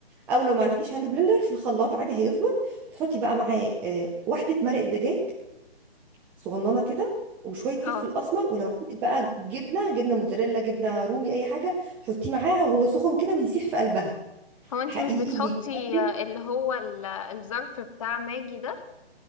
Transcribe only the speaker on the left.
اه
هو انت
مش بتحطي
آه، اللي هو ال- الظرف بتاع ماجي ده